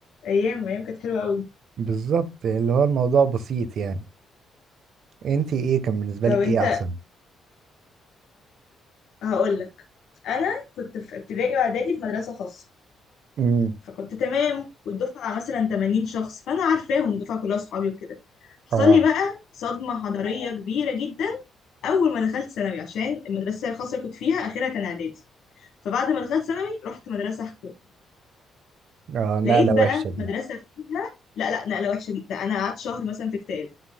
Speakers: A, on the left; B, on the right.
A: أيام أيام كانت حلوة قوي
B: بالظبط اللي هو الموضوع بسيط يعني انتي ايه كان بالنسبة
A: طب
B: لك
A: أنت
B: ايه أحسن؟
A: هقول لك أنا كنت في ابتدائي وإعدادي في مدرسة خاصة
B: امم
A: فكنت تمام والدفعة مثلا 80 شخص فأنا عارفاهم الدفعة كلها صحابي وكده حصل
B: اه
A: لي بقى صدمة حضارية كبيرة جدا أول ما دخلت ثانوي عشان المدرسة الخاصة اللي كنت فيها آخرها كان إعدادي فبعد ما دخلت ثانوي رحت مدرسة حكومة
B: اه نقلة
A: لقيت بقى
B: وحشة دي
A: مدرسة فيها لا لا نقلة وحشة جدا ده أنا قعدت شهر مثلا في كتاب